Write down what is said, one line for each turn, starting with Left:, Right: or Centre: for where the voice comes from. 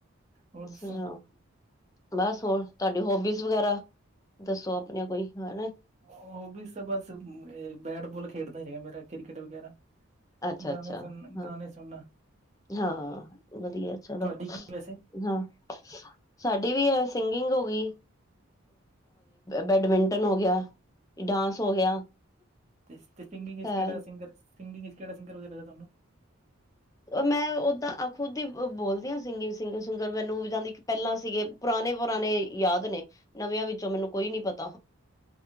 Right: ਹੋਰ ਦੱਸੋ
Left: ਸੁਣਾਓ ਬਸ ਹੋਰ ਤੁਹਾਡੀ ਹੋਬੀਸ ਵਗੈਰਾ ਦੱਸੋ ਆਪਣੀਆਂ ਕੋਈ ਹਨਾ
Right: ਹੋਬੀਸ ਬਸ ਬੈਟਬਾਲ ਖੇਡਣਾ ਹੀ ਹੈਗਾ ਮੇਰਾ ਕ੍ਰਿਕਟ ਵਗੈਰਾ
Left: ਅੱਛਾ
Right: ਗਾਣੇ
Left: ਅੱਛਾ
Right: ਸੁਣ
Left: ਹਾਂ
Right: ਗਾਣੇ ਸੁਣਨਾ
Left: ਹਾਂ ਵਧੀਆ ਚਲੋ
Right: ਤੁਹਾਡੀ ਕੀ ਵੈਸੇ
Left: ਹਾਂ ਸਾਡੀ ਵੀ ਹੈ ਸਿੰਗਿੰਗ ਹੋ ਗਈ ਬੈਡਮਿੰਟਨ ਹੋ ਗਿਆ ਡਾਂਸ ਹੋ ਗਿਆ।
Right: ਤੇ ਸਿੰਗਿੰਗ ਵਿਚ
Left: ਹੈ
Right: ਕਿਹੜਾ ਸਿੰਗਰ ਸਿੰਗਿੰਗ ਚ ਕਿਹੜਾ ਸਿੰਗਰ ਵਧੀਆ ਲੱਗਦਾ ਤੁਹਾਨੂੰ
Left: ਮੈਂ ਉਦਾਂ ਖੁਦ ਹੀ ਬੋਲਦੀ ਹਾਂ ਸਿੰਗਰ ਸੁੰਗਰ ਮੈਨੂੰ ਜਾਂਦੀ ਪਹਿਲਾਂ ਸੀਗੇ ਪੁਰਾਣੇ ਪੁਰਾਣੇ ਯਾਦ ਨੇ ਨਵਿਆਂ ਵਿੱਚੋਂ ਮੈਨੂੰ ਕੋਈ ਨੀ ਪਤਾ